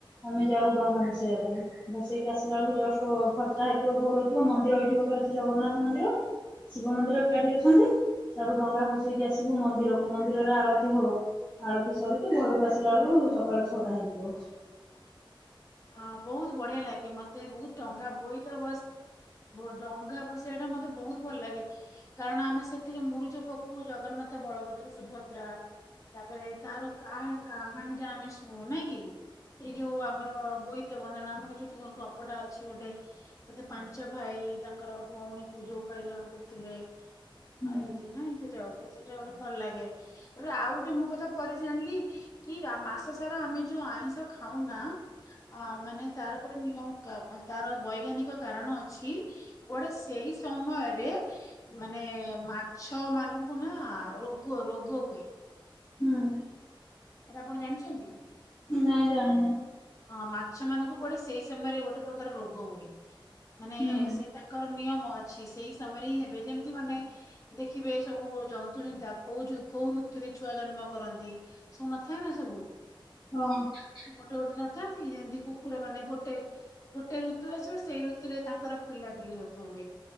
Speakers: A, on the left; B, on the left.
A: ଆମେ ଯାଉ ଡଙ୍ଗା ଭସେଇବା ପାଇଁ ଭସେଇକି ଆସିଲା ବେଳକୁ ଜଷ୍ଟ ଫର୍ଚା ହେଇଥିବ ଭୋର ହେଇଥିବ ମନ୍ଦିର ଏଇଠି ଗୋଟେ ଅଛି ଜଗନ୍ନାଥ ମନ୍ଦିର ଶିବ ମନ୍ଦିର ଏକାଠି ଅଛନ୍ତି ସେଆଡୁ ଡଙ୍ଗା ଭସେଇକି ଆସିବୁ ମନ୍ଦିର ମନ୍ଦିରରେ ଆଳତି ହବ ଆଳତି ସରିକି ଘରକୁ ଆସିଲା ବେଳକୁ ସକାଳ ଛଅଟା ହେଇଯିବ
B: ହଁ ବହୁତ୍ ବଢିଆ ଲାଗେ ମ ସେ ବହୁତ ଡଙ୍ଗା ବୋଇତ ବସ ଡଙ୍ଗା ବସେଇବା ଟା ମତେ ବହୁତ ଭଲ ଲାଗେ କାରଣ ଆମେ ସେଥିରେ ମୁରୁଜ ପକୋଉ ଜଗନ୍ନାଥ ବଳଭଦ୍ର ସୁଭଦ୍ରା ତାପରେ ତାର କାହା କାହାଣୀ ଟା ଆମେ ଶୁଣୁ ନାଁ କି ଏଇ ଯୋଉ ଆମର ବ ଆମର ଯୋଉ ଗପଟା ଅଛି ଗୋଟେ କେତେ ପାଞ୍ଚ ପାଞ୍ଚ ତାଙ୍କର ଭଉଣୀକୁ ଯୋଉ ହଇରାଣ କରୁଥିଲେ ତୁଲେ
A: ହୁଁ
B: ଆଉ ଏମିତି ନାଇଁ ସେଟା ଆଉ ସେଟା ଗୋଟେ ଭଲ ଲାଗେ ତାପରେ ଆଉ ଗୋଟେ ମୁଁ କଥା ପରେ ଜାଣିଲି କି ମାସ ସାରା ଆମେ ଯୋଉ ଆଇଁଷ ଖାଉନା ଅ ମାନେ ତାର ଗୋଟେ ନିୟମ ତାର ବୈଜ୍ଞାନିକ କାରଣ ଅଛି ଗୋଟେ ସେଇ ସମୟରେ ମାନେ ମାଛ ମାନଙ୍କୁ ନା ରୋଗ ରୋଗ ହୁଏ
A: ହଁ
B: ଏଇଟା ଆପଣ ଜାଣିଛନ୍ତି
A: ନାଇଁ ଜାଣିନି
B: ହଁ ମାଛ ମାନଙ୍କୁ କୁଆଡେ ସେଇ ସମୟରେ ଗୋଟେ ପ୍ରକାର ରୋଗ ହୁଏ ମାନେ
A: ହୁଁ
B: ସେଇ ତାଙ୍କର ନିୟମ ଅଛି ସେଇ ସମୟରେ ହିଁ ହେବେ ଯେମିତି ମାନେ ଦେଖିବେ ସବୁ ଜନ୍ତୁ ଜିନ୍ତା କୋଉ କୋଉ ଋତୁରେ ଛୁଆ ଜନ୍ମ କରନ୍ତି ସବୁ ନଥାଏ ନା ସବୁ
A: ହଁ
B: ଗୋଟେ ଗୋଟେ ଦିନ ଥାନ୍ତି ଯେମତି କୁକୁର ମାନେ ଗୋଟେ ଗୋଟେ ଋତୁ ଆସିବ ସେଇ ଋତୁରେ ତାଙ୍କର ପିଲାପିଲି ହକ ହୁଏ